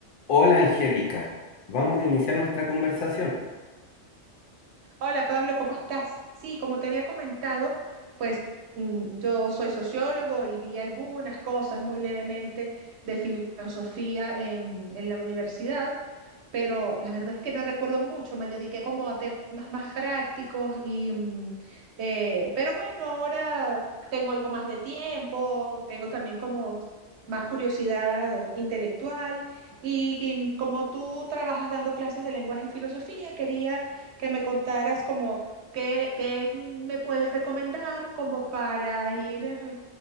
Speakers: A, on the left; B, on the right.
A: Hola Angélica, vamos a iniciar nuestra conversación.
B: Hola Pablo, ¿cómo estás? Sí, como te había comentado, pues mm, yo soy sociólogo y vi algunas cosas muy levemente de filosofía en, en la universidad, pero la verdad es que no recuerdo mucho, me dediqué como a temas más prácticos y, mm, eh, pero bueno, ahora tengo algo más de tiempo, tengo también como más curiosidad intelectual y, y mm, como tú trabajas dando clases de lenguaje y filosofía, quería que me contaras como qué, qué me puedes recomendar como para ir... eh,